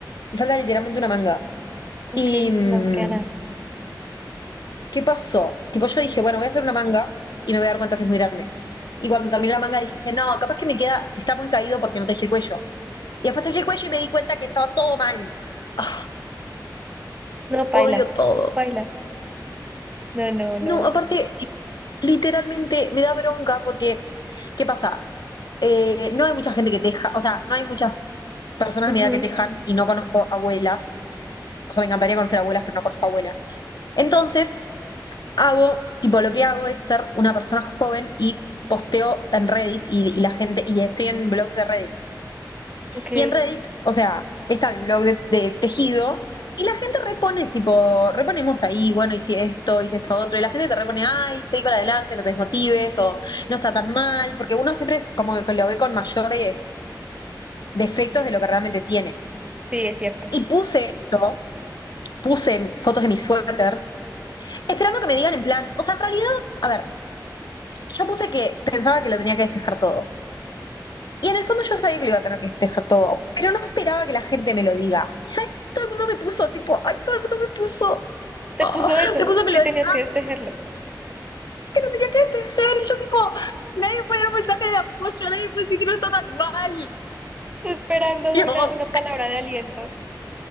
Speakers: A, on the left; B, on the right.
A: Me falta literalmente una manga.
B: Ok,
A: Y,
B: sí,
A: mm,
B: no me queda nada.
A: ¿Qué pasó? Tipo, yo dije, bueno, voy a hacer una manga y me voy a dar cuenta si es muy grande. Y cuando terminé la manga dije, no, capaz que me queda, que está muy caído porque no tejí el cuello. Y después tejí el cuello y me di cuenta que estaba todo mal. Ah,
B: No, paila,
A: odio todo.
B: paila. No, no, no.
A: No, aparte, literalmente me da bronca porque, ¿qué pasa? Eh, no hay mucha gente que teja, o sea, no hay muchas personas
B: Ujú,
A: de mi edad que tejan y no conozco abuelas. O sea, me encantaría conocer abuelas, pero no conozco abuelas. Entonces, hago, tipo lo que hago es ser una persona joven y posteo en Reddit y, y la gente, y estoy en blogs de Reddit.
B: ok,
A: Y en Reddit, o sea, está el blog de, de tejido y la gente repone, tipo, reponemos ahí, bueno, hice esto, hice esto otro, y la gente te repone, ay, seguí para adelante, no te desmotives, o no está tan mal, porque uno siempre es como que lo ve con mayores defectos de lo que realmente tiene.
B: sí, es cierto.
A: Y puse esto, puse fotos de mi suéter, esperando que me digan en plan, o sea, en realidad, a ver, Yo puse que pensaba que lo tenía que destejar todo. Y en el fondo yo sabía que lo iba a tener que destejar todo, pero no esperaba que la gente me lo diga. ¿Sabes? Todo el mundo me puso, tipo, ay, todo el mundo me puso,
B: Te
A: ah,
B: puso eso,
A: me puso que
B: que
A: lo des-
B: tenías que destejerlo.
A: que lo tenía que destejar. Y yo, tipo, nadie puede dar un mensaje de apoyo, nadie puede decir que no está tan mal.
B: Esperando
A: <laughs> Dios.
B: una, una palabra de aliento.